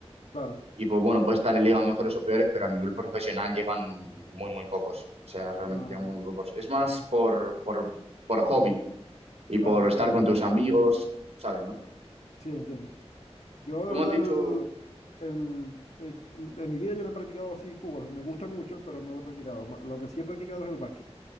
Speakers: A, on the left; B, on the right.
A: Claro.
B: Y pues bueno, puede estar en ligas mejores o peores, pero a nivel profesional llegan muy, muy pocos. O sea, realmente
A: Ah,
B: llegan muy, muy pocos. Es más por, por, por hobby y
A: claro,
B: por
A: sí,
B: estar
A: entiendo.
B: con tus amigos, ¿sabes, no?
A: Sí, entiendo. Yo
B: Tú
A: de
B: me
A: verdad,
B: has dicho...
A: el, el- el- el- en mi vida yo no he practicado así fútbol. Me gusta mucho, pero no lo he practicado. Ma- Lo que sí he practicado es el básquet.